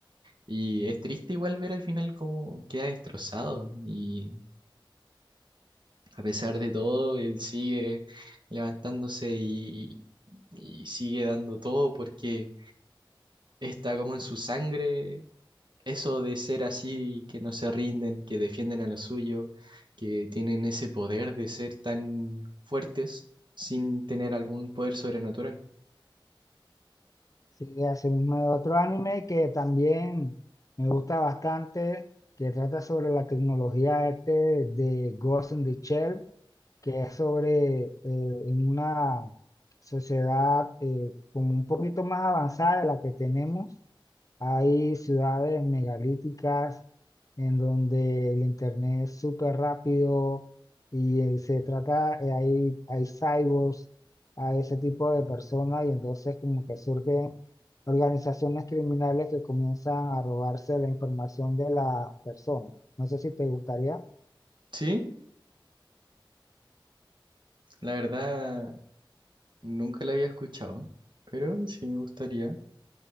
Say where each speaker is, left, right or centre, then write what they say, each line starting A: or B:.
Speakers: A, on the right; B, on the left.
A: Y es triste igual ver al final cómo queda destrozado y a pesar de todo, él sigue levantándose y, y sigue dando todo porque está como en su sangre eso de ser así, que no se rinden, que defienden a lo suyo, que tienen ese poder de ser tan fuertes sin tener algún poder sobrenatural.
B: Sí, así mismo hay otro anime que también me gusta bastante, que trata sobre la tecnología este de Ghost in the Shell. que es sobre eh, en una sociedad eh, como un poquito más avanzada de la que tenemos. Hay ciudades megalíticas en donde el internet es súper rápido y eh, se trata, eh, hay, hay cyborgs, hay ese tipo de personas y entonces como que surgen organizaciones criminales que comienzan a robarse la información de las personas. No sé si te gustaría.
A: Sí, la verdad nunca la había escuchado, pero sí me gustaría.